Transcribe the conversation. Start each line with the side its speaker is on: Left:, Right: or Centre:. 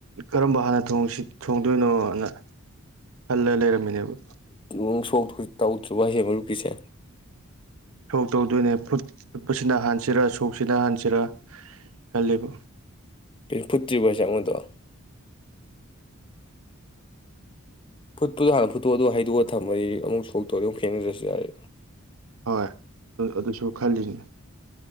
Right: ꯀꯔꯝꯕ ꯍꯥꯟꯅ ꯊꯣꯡꯗꯣꯏꯅꯣꯅ ꯈꯜꯂ ꯂꯩꯔꯝꯃꯤꯅꯦꯕ
Left: ꯎ ꯁꯣ ꯇꯎꯠꯁꯨꯕꯁꯤꯦ ꯃꯔꯨ ꯄꯤꯁꯦ
Right: ꯊꯧ ꯇꯧꯗꯣꯏꯅꯦ ꯐꯨꯠ ꯆꯄꯁꯤꯅ ꯍꯥꯟꯁꯤꯔꯥ ꯁꯧꯁꯤꯅ ꯍꯥꯟꯁꯤꯔ ꯆꯔ ꯈꯂꯦꯕꯨ
Left: ꯐꯇ꯭ꯔꯤ ꯄꯩꯁꯥ ꯃꯗꯣ ꯐꯨꯠꯇꯨꯗꯣ ꯍꯥꯟꯅ ꯐꯨꯠꯇꯣ ꯑꯗꯨꯣ ꯍꯩꯗꯣꯛꯑ ꯊꯝꯃꯗꯤ ꯑꯃꯨꯛ ꯁꯣꯛꯇꯧꯗꯤ ꯑꯃꯨꯛ ꯈꯦꯡꯅꯗ꯭ꯔꯁꯨ ꯌꯥꯔꯦ
Right: ꯍꯣꯏ ꯑꯗꯨꯁꯨ ꯈꯜꯂꯤꯅꯤ